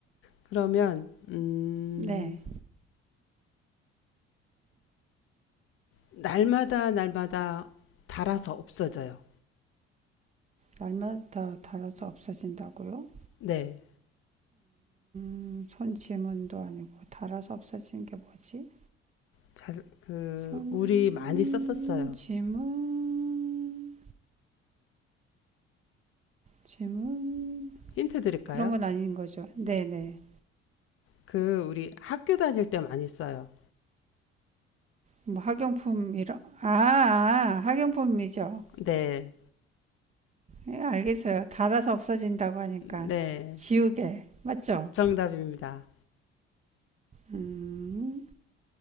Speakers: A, on the left; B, on the right.
A: 그러면, 음,
B: 네.
A: 날마다, 날마다 닳아서 없어져요.
B: 날마다 다 달아서 없어진다고요?
A: 네.
B: 음, 손 지문도 아니고 달아서 없어지는 게 뭐지?
A: 자, 그,
B: 손
A: 우리 많이 썼었어요.
B: 지문 지문
A: 힌트 드릴까요?
B: 그런 건 아닌 거죠. 네네.
A: 그, 우리 학교 다닐 때 많이 써요.
B: 뭐 학용품 이런 아, 아 학용품이죠.
A: 네.
B: 예, 알겠어요. 달아서 없어진다고 하니까
A: 네.
B: 지우개 맞죠?
A: 정답입니다.
B: 음,